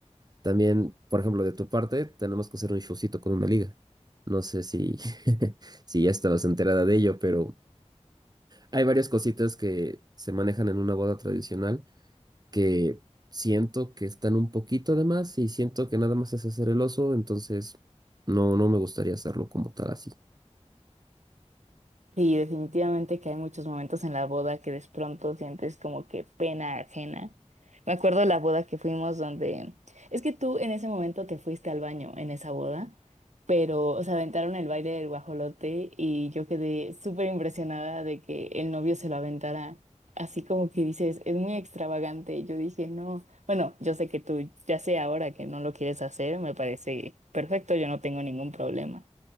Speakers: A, on the right; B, on the right.
A: También, por ejemplo, de tu parte, tenemos que hacer un showcito con una liga. No sé si, <laughs> si ya estabas enterada de ello, pero... Hay varias cositas que se manejan en una boda tradicional que siento que están un poquito de más y siento que nada más es hacer el oso, entonces no, no me gustaría hacerlo como tal así.
B: Sí, definitivamente que hay muchos momentos en la boda que de pronto sientes como que pena ajena. Me acuerdo de la boda que fuimos donde... Es que tú en ese momento te fuiste al baño en esa boda, pero se aventaron el baile del guajolote y yo quedé súper impresionada de que el novio se lo aventara. Así como que dices, es muy extravagante. Yo dije, no, bueno, yo sé que tú ya sé ahora que no lo quieres hacer, me parece perfecto, yo no tengo ningún problema.